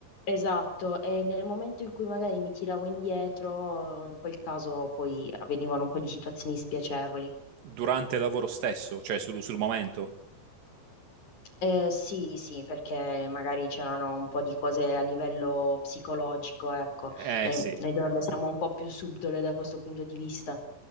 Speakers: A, on the left; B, on the right.
A: Esatto, e nel momento in cui magari mi tiravo indietro, in quel caso poi avvenivano un po' di situazioni spiacevoli.
B: durante il lavoro stesso, cioè sul, sul momento.
A: Eh, sì, sì, perché magari c'erano un po' di cose a livello psicologico, ecco,
B: Eh
A: Eh,
B: sì,
A: noi donne siamo un po' più subdole da questo punto di vista,